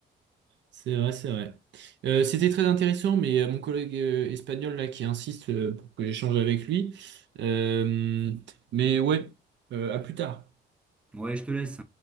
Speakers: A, on the right; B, in the centre.
A: C'est vrai, c'est vrai. Euh, c'était très intéressant, mais euh, mon collègue euh, espagnol là qui insiste euh, pour que j'échange avec lui. Euh, mais ouais, euh, à plus tard.
B: Ouais, je te laisse.